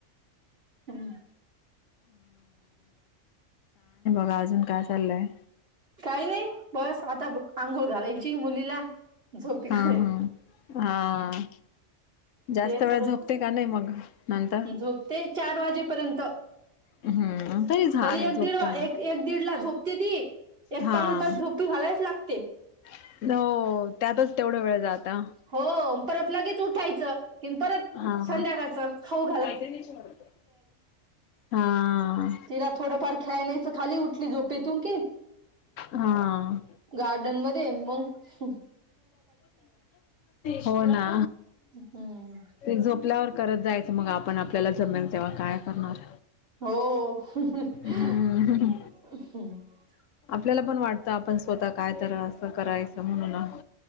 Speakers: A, on the right; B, on the left.
A: हम्
B: मघ अजून काय चाललंय
A: काही नाही बस आता आंघोळ घालायची मुलीला झोप घाला
B: हा हा हा जास्त
A: तेच
B: वेळ
A: रोज
B: झोपते का नाही मग नंतर
A: झोपते चार वाजेपर्यंत
B: हम्म तरीच
A: तरी
B: आहे
A: एक
B: झोपते
A: दीड
B: मग
A: एक एक दीड ला झोपती ती एक
B: हा
A: पाऊन तास झोपी घालायच लागते
B: हो त्यातच तेवढा वेळ जाता
A: हो परत लगेच उठायचं कि परत
B: हा
A: संध्याकाळचं खाऊ
B: मैत्रिणीशी वाटतं हा
A: तिला थोडफार खेळला खाली उठली झोप त की
B: हा
A: गार्डन मध्ये मग हम्
B: हो ना
A: हम्म
B: झोपल्यावर करत जायचं मग आपण आपल्याला जमेल तेव्हा काय करणार
A: हो
B: हम्म आपल्याला पण वाटतं आपण स्वतः काय तर असं करायचं म्हणून ह्